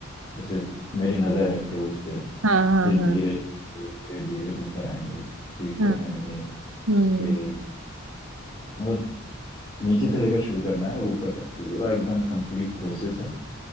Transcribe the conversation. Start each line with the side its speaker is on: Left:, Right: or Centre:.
Left: जैसे कि मेरी नज़र है टोस पे
Right: हाँ हाँ
Left: फिर धीरे
Right: हाँ
Left: धीरे धीरे धीरे ऊपर आएंगे फीट
Right: हाँ
Left: तक आएंगे
Right: हम्म
Left: फिर मतलब नीचे से लेकर शुरू करना है और ऊपर तक पूरा एकदम कंप्लीट प्रोसेस है